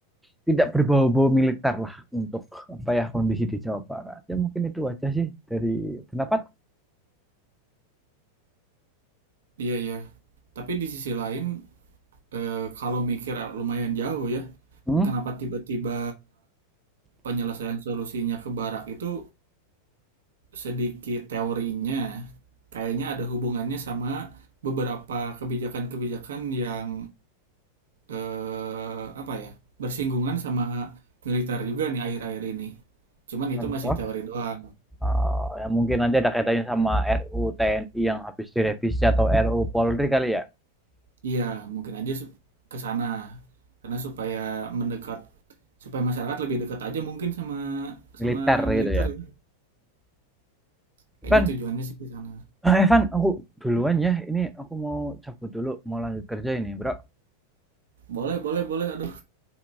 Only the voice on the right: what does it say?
iya iya tapi di sisi lain eh, kalau mikir lumayan jauh ya
kenapa tiba-tiba penyelesaian solusinya ke barak itu sedikit teorinya kayaknya ada hubungannya sama beberapa kebijakan-kebijakan yang eh, apa ya bersinggungan sama militer juga nih akhir-akhir ini. Cuman
itu masih teori doang.
Iya, mungkin aja su- ke sana. Karena supaya mendekat, supaya masyarakat lebih dekat aja mungkin sama sama
militer
ya. Kayaknya
tujuannya sih ke sana.
Boleh, boleh, boleh. Aduh,